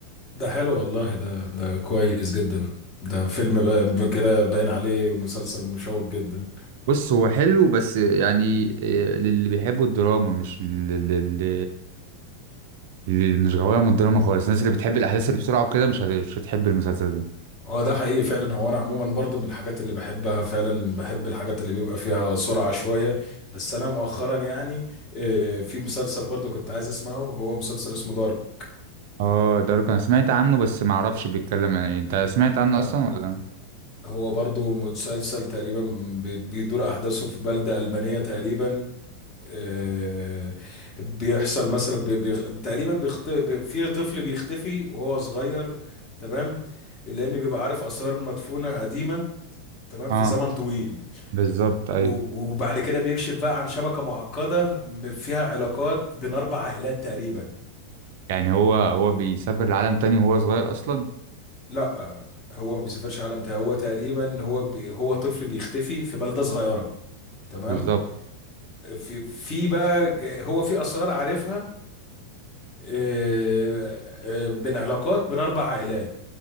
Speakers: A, on the left; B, on the right.
A: ده حلو والله ده ده كويس جدا ده فيلم بقى كده باين عليه مسلسل مشوق جدا
B: بص هو حلو بس يعني آه، للي بيحبوا الدراما مش للي مش غوايه من الدراما خالص الناس اللي بتحب الاحداث اللي بسرعه وكده مش هت- مش هتحب المسلسل ده
A: هو ده حقيقي فعلا هو انا عموما برضو من الحاجات اللي بحبها فعلا بحب الحاجات اللي بيبقى فيها سرعة شوية بس انا مؤخرا يعني آه، في مسلسل برضو كنت عايز اسمعه هو مسلسل اسمه دارك
B: اه دارك انا سمعت عنه بس ما اعرفش بيتكلم عن ايه انت سمعت عنه
A: آه.
B: اصلا ولا
A: هو برضو مسلسل تقريبا بي- بيدور احداثه في بلدة ألمانية تقريبا آه، بيحصل مثلا بي بي تقريبا بيخت... بي في طفل بيختفي وهو صغير تمام لان بيبقى عارف اسرار مدفونة قديمة تمام في
B: اه
A: زمن طويل
B: بالظبط ايوه
A: و- وبعد كده بيكشف بقى عن شبكة معقدة م- فيها علاقات بين اربع عائلات تقريبا
B: يعني هو هو بيسافر لعالم تاني وهو صغير اصلا
A: لا آه، هو ما بيسافرش عالم تاني، هو تقريبا هو بي هو طفل بيختفي في بلدة صغيرة تمام
B: بالظبط
A: في في بقى هو في اسرار عارفها آه، آه، بين علاقات بين اربع عائلات